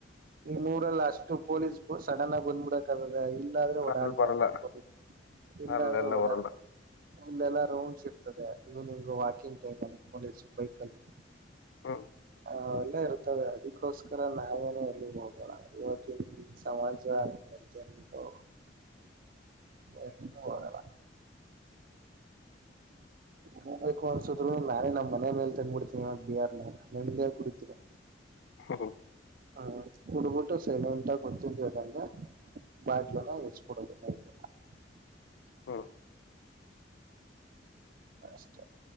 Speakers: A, on the right; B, on the left.
A: ನಿಮ್ ಊರಲ್ ಅಷ್ಟು ಪೊಲೀಸ್ ಸಡನ್ ಆಗಿ ಬಂದ್ಬಿಡಕ್ದದ ಇಲ್ ಇಲ್ಲಾದ್ರೆ ಓಡಾಡ್ತಾರೆ
B: ಅಲ್ಲಿ ಬರಲ್ಲ
A: ತಕ ಇಲ್ಲಾದ್ರೆ
B: ಅಲ್ಲೆಲ್ಲ
A: ಓಡಾಡ್ತಾರ್.
B: ಬರಲ್ಲ
A: ಇಲ್ಲೆಲ್ಲಾ ರೌಂಡ್ಸ್ ಇರ್ತದೆ ಇವ್ನಿಂಗ್ ವಾಕಿಂಗ್ ಟೈಮ್ ಅಲ್ಲಿ ಪೊಲೀಸ್ ಬೈಕ್ ಅಲ್ಲಿ.
B: ಹ್ಮ್
A: ಅವೆಲ್ಲ ಇರ್ತವೆ ಅದಕ್ಕೋಸ್ಕರ ನಾವೇನ ಎಲ್ಲಿ ಹೋಗಲ್ಲ ಇವತ್ತಿನ್ ಸಮಾಜ. ಐತೆ ಅಂದ್ಬಿಟ್ಟು ಎಲ್ಲೂ ಹೋಗಲ್ಲ ಹೋಗ್ಬೇಕು ಅನ್ಸುದ್ರೂನು ನಾನೇ ನಮ್ ಮನೆ ಮೇಲೆ ತಂದ್ಬಿಡ್ತೀನಿ ಇ ಬಿಯಾರ್ ನ ನಿಮ್ದಿಯಾಗ್ ಕುಡಿತೀನಿ.
B: ಹಃ ಹ
A: ಹಾ ಕುಡ್ಬಿಟ್ಟು ಸೈಲೆಂಟಗ್ ಗೊತ್ತಿಲ್ದೆ ಇದಂಗೆ. ಬಾಟ್ಲನ್ ಎಚ್ಚಬಿಡದು. <unintelligible>
B: ಹ್ಮ
A: ಅಷ್ಟೇ